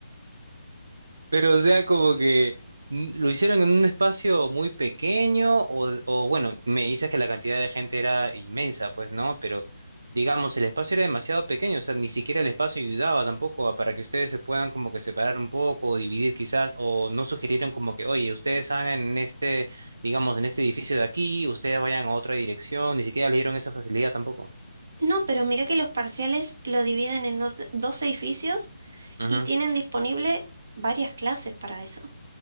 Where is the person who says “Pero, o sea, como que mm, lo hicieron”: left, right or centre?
Right